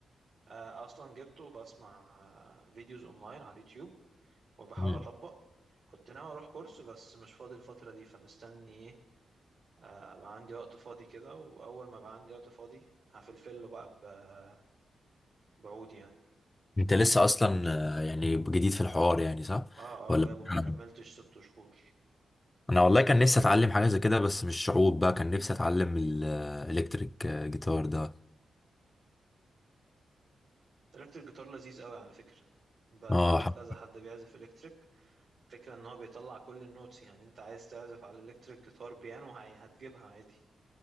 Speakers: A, on the right; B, on the left.
A: آه اصلا جبته بسمع آه، فيديوز اونلاين على اليوتيوب وبحاول
B: مم.
A: اطبق كنت ناوي اروح كورس بس مش فاضي الفترة دي فمستني ايه آه، ابقى عندي وقت فاضي كده واول ما ابقى عندي وقت فاضي هفلفله بقى ب- بعود يعني
B: انت لسه اصلا آه، يعني جديد في الحوار يعني صح
A: اه اه
B: ولا
A: جايبه ما
B: انا
A: كملتش ست شهور
B: أنا والله كان نفسي اتعلم حاجة زي كده بس مش عود بقى كان نفسي اتعلم الالكتريك جيتار ده
A: الكتريك جيتار لذيذ قوي على فكرة بعرف
B: اه ح-
A: كذا حد بيعزف الكتريك فكرة ان هو بيطلع كل النوتس يعني انت عايز تعزف على الكتريك جيتار بيانو هي- هتجيبها عادي